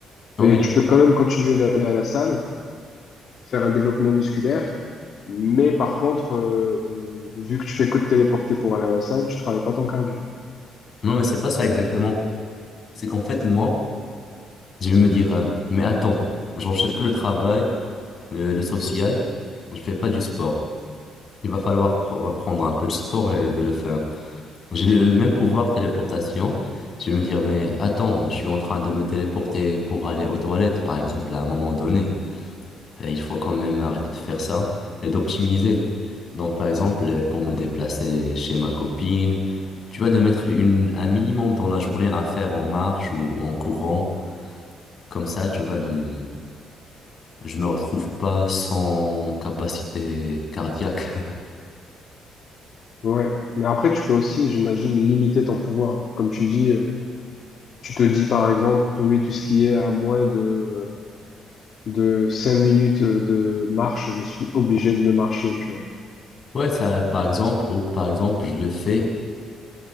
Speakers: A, on the left; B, on the left.
A: Non,
B: Et
A: mais,
B: tu peux quand même continuer d'aller à la salle, faire un développement musculaire, mais par contre, euh, euh, vu que tu fais que te téléporter pour aller à la salle, tu travailles pas ton cardio.
A: non, mais c'est pas ça exactement. C'est qu'en fait, moi, je vais me dire, euh, mais attends, j'enchaîne que le travail, le, le social, je fais pas du sport. Il va falloir pr- reprendre un peu de sport et de le faire. J'ai le le même pouvoir téléportation. Je vais me dire, mais attends, je suis en train de me téléporter pour aller aux toilettes, par exemple, à un moment donné. Et il faut quand même arrêter de faire ça et d'optimiser. Donc, par exemple, euh, pour me déplacer chez ma copine, tu vas de mettre une, un minimum dans la journée à faire en marche ou en courant. Comme ça, tu vas, le- je me retrouve pas sans capacité cardiaque. <laughs>
B: Ouais. Mais après, tu peux aussi, j'imagine, limiter ton pouvoir. Comme tu dis, euh, tu te dis par exemple, oui, tout ce qui est à moins de, de 5 minutes de marche, je suis obligé de le marcher, tu vois.
A: Ouais, ça, par exemple, ou par exemple, je le fais